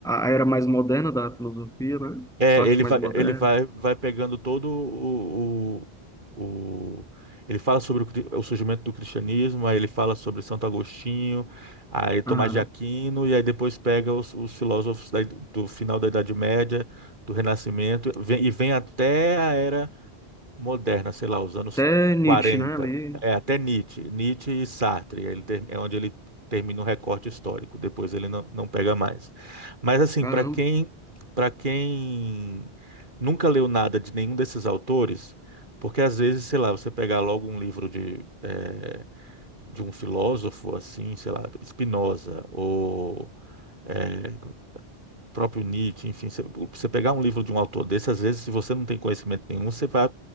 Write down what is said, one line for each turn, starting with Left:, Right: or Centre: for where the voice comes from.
Centre: a a era mais moderna da filosofia, né?
Right: É,
Centre: Parte
Right: ele vai,
Centre: mais moderna.
Right: ele vai, vai pegando todo o, o, o- Ele fala sobre o, cri- o surgimento do cristianismo, aí ele fala sobre Santo Agostinho, aí Tomás
Centre: Aham.
Right: de Aquino, e aí depois pega os, os filósofos da id- do final da Idade Média, do Renascimento, vem- e vem até a era moderna, sei lá, os anos
Centre: Até Nietzsche,
Right: 40,
Centre: né? Ali.
Right: é até Nietzsche, Nietzsche e Sartre, ele ter- é onde ele termina o recorte histórico, depois ele não, não pega mais. Mas assim,
Centre: Caramba.
Right: para quem para quem nunca leu nada de nenhum desses autores, porque às vezes, sei lá, você pegar logo um livro de eh, de um filósofo assim, sei lá, Spinoza ou eh, próprio Nietzsche, enfim, você você pegar um livro de um autor desse, às vezes, se você não tem conhecimento nenhum, você vai,